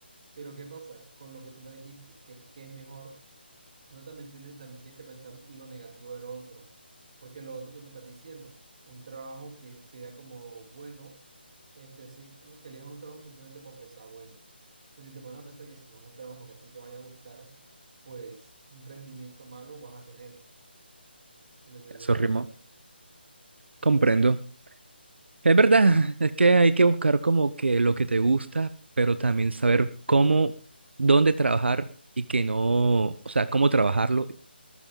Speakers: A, on the right (about 35°); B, on the right (about 80°).
A: Pero ¿qué pasa con lo que tú me dijiste? que que es mejor? No, también tienes, también tienes que pensar lo negativo del otro, porque lo otro tú me estás diciendo, un trabajo que sea como bueno, este, sí, que elijas un trabajo simplemente porque sea bueno. Pues si te pones a pensar que si no es un trabajo que a ti te vaya a gustar, pues un rendimiento malo vas a tener, es lo que yo
B: eso
A: quiero
B: rimó,
A: llegar.
B: comprendo. Es verdad, es que hay que buscar como que lo que te gusta, pero también saber cómo, dónde trabajar y que no, o sea, cómo trabajarlo